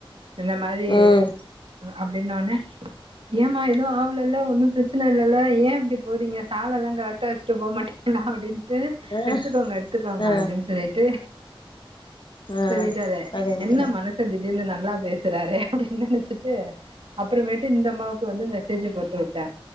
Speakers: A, on the right; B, on the left.
A: இந்த மாரி
B: ம்
A: அப்டின்னோனே ஏமா ஏதுவு ஆவுலல்ல ஒன்னு ப்ரச் சன இல்லல்ல ஏ இப்டி போறீங்க சாலெல்லா கரெக்டா வச்சுட்டு போ மாட்டீங்ளா அப்டின் டு
B: ம் ஆ
A: எடுத்துக்கோங்க எடுத்துக்கோங்க
B: ஆ
A: அப்டின் சொல்லிட்டு
B: ஆ
A: சொல்லிட்டாரு
B: அப்டின்ட்டு
A: என்ன மனுசே திடீர்னு நல்லா பேசுறாரே அப்டின் நெனச்சிட்டு அப்புறமேட்டு இந்த அம்மாவுக்கு வந்து மெசேஜ போட்டு உட்டே